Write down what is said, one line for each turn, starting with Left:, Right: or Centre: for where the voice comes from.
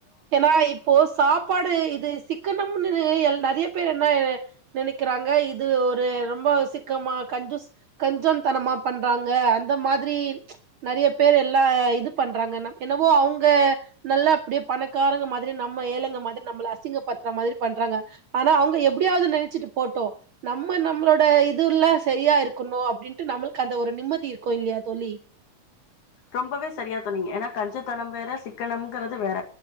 Right: ஏன்னா இப்போ சாப்பாடு இது சிக்கனம்னு நிறைய பேர் என்ன நினைக்கிறாங்க இது ஒரு ரொம்ப சிக்கமா கஞ்சுஷ் கஞ்சன்தனமா பண்றாங்க அந்த மாதிரி நிறைய பேர் எல்லா இது பண்றாங்க என்னவோ அவங்க நல்லா அப்படிய- பணக்காரங்க மாதிரி நம்ம ஏழைங்க மாதிரி நம்மளை அசிங்க பத்துற மாதிரி பண்றாங்க ஆனா அவங்க எப்படியாவது நினைச்சிட்டு போட்டு நம்ம நம்மளோட இதுவ் ல எல்லா சரியா இருக்கணு அப்படின்ட்டு நம்மளுக்கு அந்த ஒரு நிம்மதி இருக்கும் இல்லையா தோழி
Left: ரொம்பவே சரியா சொன்னீங்க ஏன்னா கஞ்சத்தனம் வேற சிக்கனம்ங்கிறது வேற